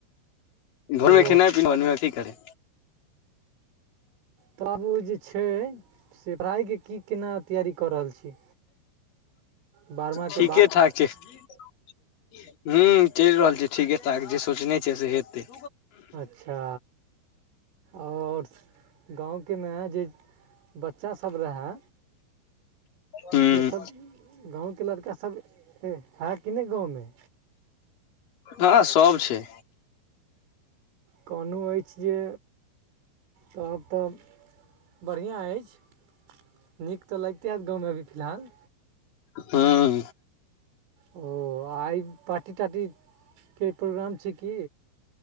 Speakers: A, on the left (about 45°); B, on the right (about 70°).
A: घरमे
B: ओ
A: खेनाइ। मनमेठी करै।
B: तऽ आब ओ जे छै से पढ़ाइके की केना तैयारी कऽ रहल छी? बारहमाके
A: ठीके
B: बाद
A: ठाक छै। हु चलि रहल छै ठीके ठाक जे सोचने छै से हेतै।
B: अच्छा आओर गाँवकेमे जे बच्चासभ रहै
A: हूं
B: से सब गाँवके लड़कास सभ है कि नहि गाँवमे?
A: हँ सब छै।
B: कहलू अछि जे कहब तऽ बढ़िआँ अछि नीक तऽ लगिते होयैत गाँवमे अभी फिलहाल?
A: ह्म्म।
B: ओ आइ पार्टी तार्टीके प्रोग्राम छै की?